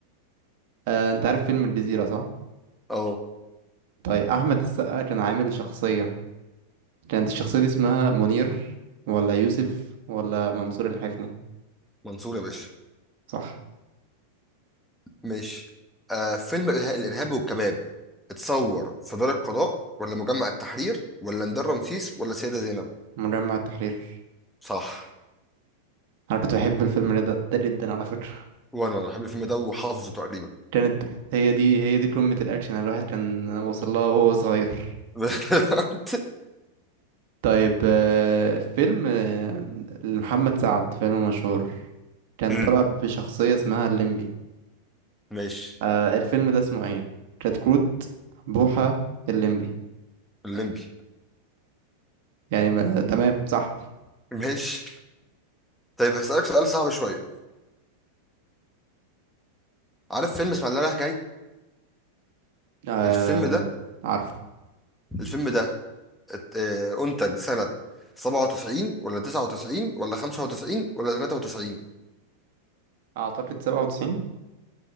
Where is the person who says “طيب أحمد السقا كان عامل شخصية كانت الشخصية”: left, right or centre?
Right